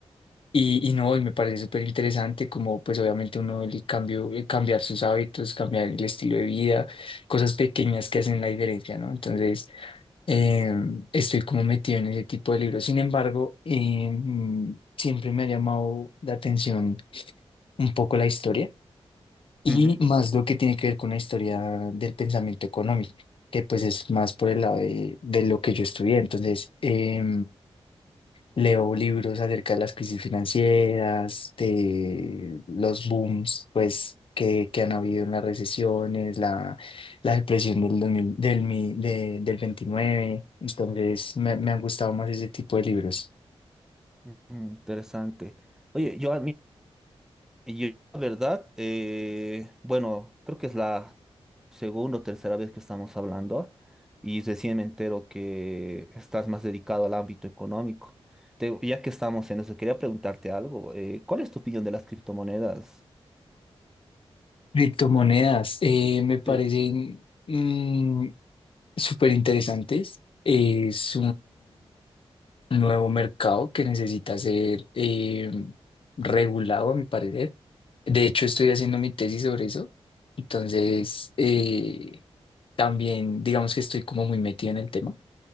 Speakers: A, on the left; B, in the centre.
A: y, y no, y me parece súper interesante como pues obviamente uno el cambio, eh, cambiar sus hábitos, cambiar el estilo de vida, cosas pequeñas que hacen la diferencia, ¿no? Entonces, eh, estoy como metido en ese tipo de libros. Sin embargo, eh, mm, siempre me ha llamado la atención un poco la historia y
B: Ujú.
A: más lo que tiene que ver con la historia del pensamiento económico. que pues es más por el lado de, de lo que yo estudié. Entonces, eh, Leo libros acerca de las crisis financieras, de los booms, pues, que, que han habido en las recesiones, la, la depresión del, 2000 del, mi- de- del veintinueve, Entonces, me, me han gustado más ese tipo de libros.
B: Ujú, Interesante. Oye, yo Y Yo, la verdad, eh, bueno, creo que es la segunda o tercera vez que estamos hablando y recién me entero que estás más dedicado al ámbito económico. Te- ya que estamos en eso, quería preguntarte algo. eh, ¿cuál es tu opinión de las criptomonedas?
A: Criptomonedas, eh, me parecen
B: Sí.
A: mm, súper interesantes. Es un nuevo mercado que necesita ser eh, regulado, a mi parecer. De hecho, estoy haciendo mi tesis sobre eso. Entonces, eh, también digamos que estoy como muy metido en el tema.